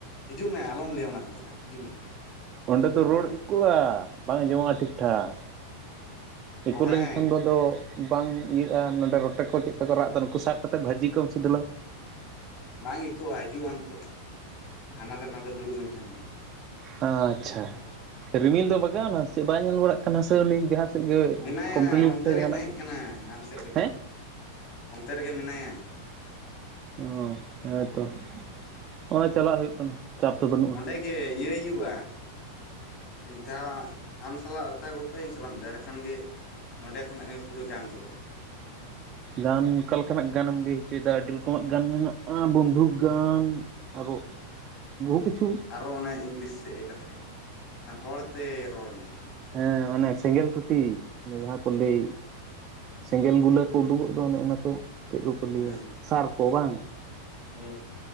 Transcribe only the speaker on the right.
ᱚᱸᱰᱮ ᱫᱚ ᱨᱚᱲ ᱮᱠᱳᱜ-ᱟ ᱵᱟᱝ ᱟᱸᱡᱚᱢᱚᱜ-ᱟ ᱴᱷᱤᱠ ᱴᱷᱟᱠ᱾
ᱮᱠᱳ
ᱞᱮᱝᱠᱷᱟᱱ ᱫᱚ ᱟᱫᱚ᱾ ᱵᱟᱝ ᱤᱭᱟᱹᱜ-ᱟ ᱱᱚᱰᱮ ᱨᱚᱴᱮ ᱠᱚ ᱪᱮᱜᱠᱟ ᱠᱚ ᱨᱟᱜ ᱫᱟ ᱱᱩᱠᱩ ᱥᱟᱵ ᱠᱟᱛᱮᱜ ᱵᱷᱟᱡᱤ ᱠᱚᱢ ᱥᱮ ᱫᱮᱞᱟ᱾
ᱟᱪᱪᱷᱟ
ᱨᱤᱢᱤᱞ ᱫᱚᱭ ᱵᱟᱜᱟᱣᱱᱟ ᱥᱮ ᱪᱮᱜ? ᱵᱟᱭ ᱧᱮᱞ ᱵᱟᱲᱟᱜ ᱠᱟᱱᱟ ᱥᱮ ᱩᱱᱤ ᱡᱟᱦᱟ ᱥᱮᱜ ᱜᱮ
ᱠᱚᱢᱯᱞᱤᱴ
ᱫᱟᱭ
ᱡᱟᱦᱟᱱᱟᱜ?
ᱦᱮᱸ
ᱚᱻ ᱦᱮᱸᱛᱚ ᱦᱚᱜᱚᱭ ᱪᱟᱞᱟᱜ ᱦᱳᱭᱳᱜ ᱠᱟᱱᱟ ᱪᱟᱯ ᱛᱚ ᱵᱟᱹᱱᱩᱜ-ᱟ᱾
ᱜᱟᱱ ᱚᱠᱟ ᱞᱮᱠᱟᱱᱟᱜ ᱜᱟᱱᱮᱢ ᱞᱟᱹᱭ ᱦᱚᱪᱚᱭᱫᱟ ᱟᱹᱰᱤ ᱨᱚᱠᱚᱢᱟᱜ ᱜᱟᱱ ᱢᱮᱱᱟᱜ-ᱟ ᱵᱚᱱᱫᱷᱩᱠ ᱜᱟᱱ᱾ ᱟᱨᱚ ᱵᱚᱦᱩ ᱠᱤᱪᱷᱩ᱾
ᱮᱸ ᱚᱱᱮ ᱥᱮᱸᱜᱮᱞ ᱴᱩᱴᱤ ᱚᱱᱮ ᱡᱟᱸᱦᱟ ᱠᱚ ᱞᱟᱹᱭ ᱥᱮᱸᱜᱮᱞ ᱜᱩᱞᱟᱹ ᱠᱚ
ᱩᱰᱩᱠᱚᱜ᱾ ᱫᱚ ᱚᱱᱮ ᱚᱱᱟ ᱠᱩ ᱪᱮᱜ ᱠᱩᱠᱩ ᱞᱟᱹᱭᱟ
ᱥᱟᱨ ᱠᱚ ᱵᱟᱝ?